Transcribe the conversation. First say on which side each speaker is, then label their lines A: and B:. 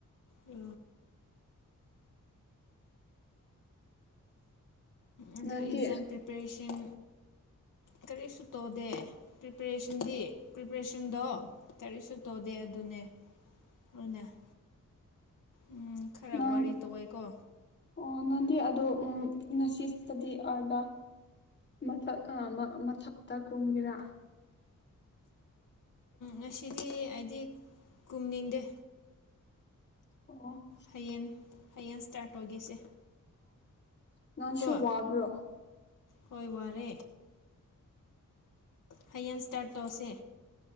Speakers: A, on the left; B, on the left.
A: ꯑ ꯑꯗꯨ
B: ꯅꯪꯗꯤ
A: ꯑꯦꯛꯖꯥꯝ ꯄ꯭ꯔꯤꯄꯔꯦꯁꯟ ꯀꯔꯤꯁꯨ ꯇꯧꯗꯦ ꯄ꯭ꯔꯤꯄꯦꯔꯦꯁꯟꯗꯤ ꯄ꯭ꯔꯤꯄꯦꯔꯦꯁꯟꯗꯣ ꯀꯔꯤꯁꯨ ꯇꯧꯗꯦ ꯑꯗꯨꯅꯦ
B: ꯎꯝ
A: ꯑꯣꯏꯅꯟꯅ ꯎꯝ ꯈꯔ
B: ꯅꯪ
A: ꯋꯥꯔꯤ ꯇꯧꯋꯦꯀꯣ
B: ꯑꯣ ꯅꯪꯗꯤ ꯑꯗꯣ ꯉꯁꯤꯁꯤꯇꯗꯤ ꯑꯥꯔꯗ ꯃꯊꯛ ꯑ ꯃꯊꯛꯇ ꯀꯨꯝꯒꯦꯔꯥ <unintelligible>
A: ꯉꯁꯤꯗꯤ ꯑꯩꯗꯤ ꯀꯨꯝꯅꯤꯡꯗꯦ
B: ꯑꯣ
A: ꯍꯌꯦꯡ ꯍꯌꯦꯡ ꯏꯁꯇꯥꯔꯠ ꯇꯧꯒꯦꯁꯦ
B: ꯅꯣꯟꯁꯨ
A: ꯀꯣ
B: ꯋꯥꯕ꯭ꯔꯣ
A: ꯍꯣꯏ ꯋꯥꯔꯦ ꯍꯌꯦꯡ ꯏꯁꯇꯥꯔꯠ ꯇꯧꯁꯦ